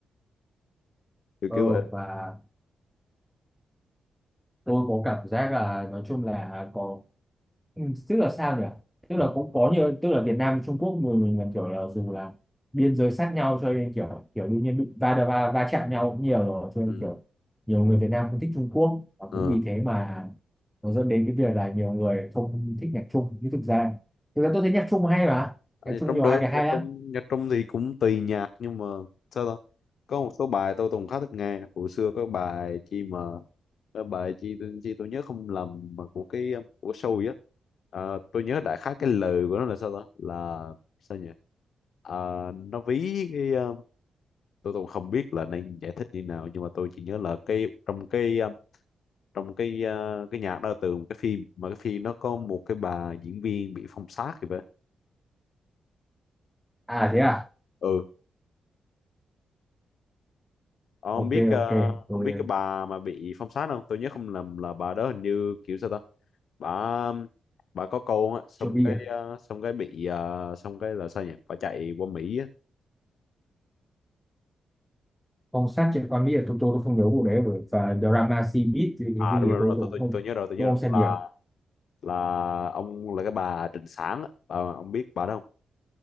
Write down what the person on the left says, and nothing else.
kiểu
kiểu vậy
ừ.
Ừ.
Ừ.
À,
trong
đó
nhạc
Trung nhạc Trung thì cũng tùy nhạc nhưng mà sao ta có một số bài tôi từng khá thích nghe hồi xưa có bài chi mà cái bài chi tôi chi tôi nhớ không lầm mà của cái um, của show á Ờ, tôi nhớ đại khái cái lời của nó là sao ta là sao nhỉ Ờ, nó ví cái ờ, tôi tôi không biết là nên giải thích như nào nhưng mà tôi chỉ nhớ là cái trong cái um, trong cái uh, cái nhạc đó là từ một cái phim mà cái phim nó có một cái bà diễn viên bị phong sát thì vậy
ừ ông
biết ờ,
ông biết cái bà mà bị phong sát không tôi nhớ không lầm là bà đó hình như kiểu sao ta bà um, bà có con á xong
cái
ờ, xong cái bị ờ, xong cái là sao nhỉ bà chạy qua Mỹ á
à
đúng rồi đúng
rồi
tôi,
tôi
tôi nhớ rồi tôi nhớ
rồi
là
là ông là cái bà Trịnh Sảng á Bà- ông biết bà đó không?